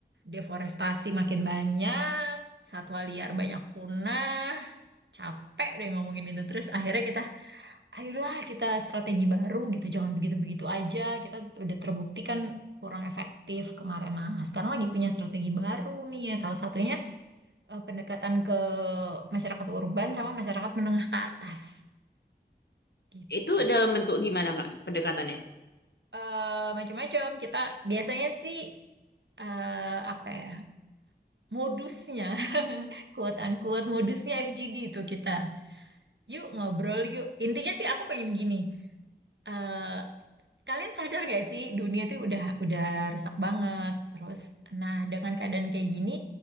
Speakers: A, on the right; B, on the left.
A: Deforestasi makin banyak, satwa liar banyak punah, capek deh ngomongin itu. Terus akhirnya kita, ayolah kita strategi baru gitu, jangan begitu-begitu aja. Kita udah terbukti kan kurang efektif kemarin. Nah, sekarang lagi punya strategi baru nih ya. Salah satunya eh, pendekatan ke masyarakat urban sama masyarakat menengah ke atas gitu.
B: Itu dalam bentuk gimana, Kak, pendekatannya?
A: Eh, macam-macam kita biasanya sih eh, apa ya modusnya <laughs> quote unquote modusnya FGD itu kita Yuk ngobrol yuk. Intinya sih aku pengen gini. eh, kalian sadar gak sih dunia tuh udah udah rusak banget. Terus, nah dengan keadaan kayak gini,